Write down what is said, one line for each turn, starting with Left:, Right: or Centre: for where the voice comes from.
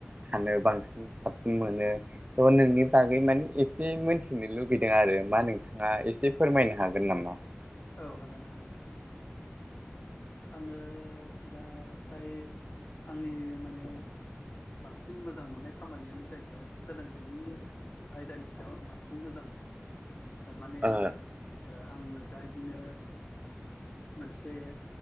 Right: थानो बांसिन साबसिन मोनो थ' नोंनि
Left: औ
Right: बागै माने इस से मोनथिनो लुगैदों आरो मा नोंथाङा एसे फोरमायनो हागोन नामा
Left: औ हागोन हागोन नोंथां उम आङो दा फ्राय आंनि माने बांसिन मोजां मोननाय खामानियानो जाहैबाय सोलोंथाइनि आयदानि सायाव आं बांसिन मोजां मोनो थारमाने
Right: औ ओ
Left: ओ आङो दा इदिनो मोनसे